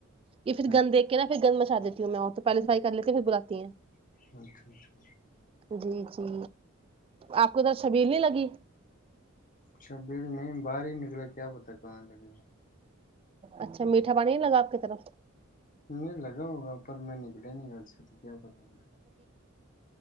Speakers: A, on the right; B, on the left.
A: کہ پھر
B: اچھا
A: گند دے کے نہا پھر گندم مسالے کی میں اور تو پہل سفرائی کر لیتے پھر بلاتی ہیں
B: اچھا اچھا
A: جی جی آپ کو ا تو شبیل نہیں لگی
B: اچھا بل نہیں باہر ہی نکلا کیا پتا کہاں لگے گا
A: اچھا میٹھا پانی نہیں لگا آپ کی طرف
B: نہیں لگا ہوگا پر میں ن پ نہیں ل س تو کیا پرتایر